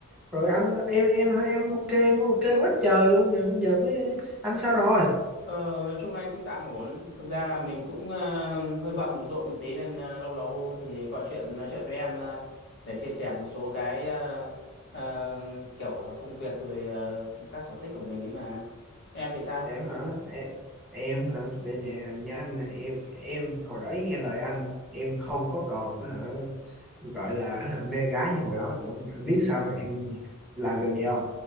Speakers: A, in the centre; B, on the left.
A: Rồi anh em em em ok em ok quá trời luôn nè, bây giờ mới anh sao rồi?
B: Ờ, nói chung này cũng tạm ổn. Thực ra là mình cũng ờ, hơi bận một ruộng một tí nên ờ, lâu lâu thì gọi chuyện nói chuyện với em ờ, để chia sẻ một số cái ờ, ờ, kiểu công việc rồi ờ, các sở thích của mình ấy mà. Em thì sao?
A: em hả em, em hả đây nè nhá anh nè, em em hồi đó nghe lời anh em không có còn hả gọi là hả, mê gái như hồi đó nữa Mà anh biết sao mà em làm được vậy không